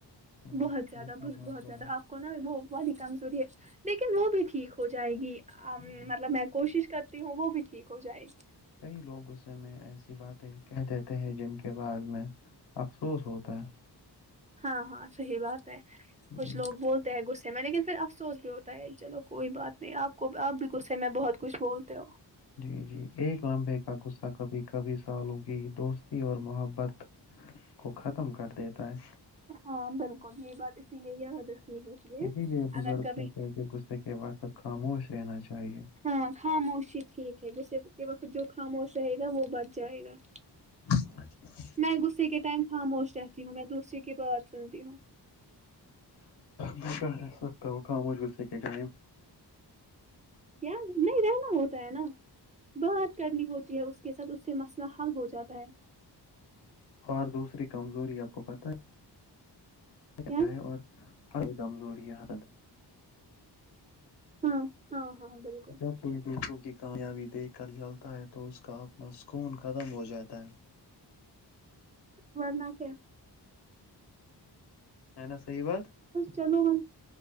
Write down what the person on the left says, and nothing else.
غص-
غصہ
بڑا
ہے جی
کئی لوگ اس میں ایسی باتیں کہ دیتے ہیں جن کے بعد میں- افسوس ہوتا ہے-
ہے
جی
جی- جی ایک لمبے کا غصہ کبھی کبھی سالوں کی دوستی اور محبت- کو ختم کر دیتا ہے-
اسی لیے بزرگ
کہتے ہیں کہ کتے کے بعد- اور خاموش رہنا چاہیے-
<unintelligible>
ب سخ کاق م و جوسے کے جائم-
اور دوسری کمزوری آپ کو پت ہے
ہے اور- ہر کوئی کمزوری ہے سد-
جب کوئی دوسوں کی کامیابی دیکھ کر چلتا ہے تو اس کا اپنا سکون ختم ہو جاتا ہے-
ہے نا صحیح بات-